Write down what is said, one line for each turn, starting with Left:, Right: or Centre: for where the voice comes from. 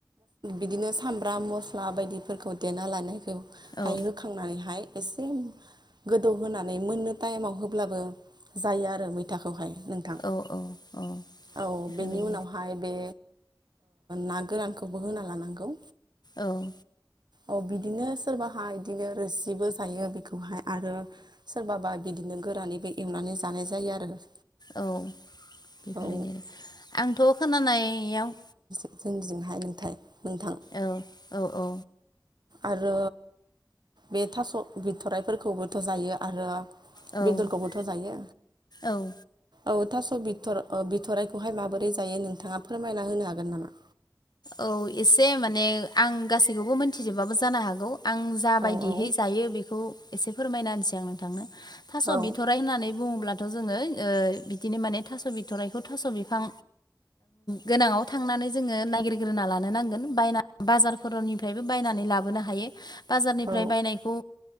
Right: बिदिनो सामब्राम मस्ला बायदिफोरखौ देना लानायखौ।
Left: औ
Right: हाय होखांनानैहाय एसे गोदौहोनानै मोननो टाइमाव होब्लाबो। जायो आरो मैथाखौहाय नोंथां
Left: औ औ औ
Right: औ
Left: बेफोरबायदि
Right: बेनि उनावहाय बे ना गोरानखौबो होना लानांगौ।
Left: औ।
Right: औ बिदिनो सोरबाहा बिदिनो रोसिबो जायो बेखौहाय आरो सोरबाबा बिदि। बिदिनो गोरानैबो एवनानै जानाय जायो आरो।
Left: औ बेफोरबायदि
Right: औ
Left: आरो आंथ' खोनानायाव।
Right: जों बिजोंहाय नोंथाय नोंथां।
Left: औ औ औ
Right: आरो बे थास' बिथराइफोरखौबोथ' जायो आरो।
Left: औ
Right: बेदरखौबोथ' जायो।
Left: औ
Right: औ थास' बिथ बिथ'ररायखौहाय माबोरै जायो नोंथांङा फोरमायना होनो हागोन नामा।
Left: औ एसे माने आं गासैखौबो मोनथिजोबाबो जानो हागौ। आं जा बायदिहै
Right: औ औ
Left: जायो बेखौ एसे फोरमायना होनसै आं नोंथांनो। थास'
Right: औ
Left: बिथराय होननानै बुङोब्ला। थ' जोङो बिदिनो माने थास' बिथ'राइखौ थास' बिफां गोनाङाव थांनानै जोङो नायगिर ग्रोना लानो नांगोन बाय बाजारफोरनिफ्रायबो बायनानै लाबोनो हायो। बाजारनिफ्राय
Right: औ
Left: बायनायखौ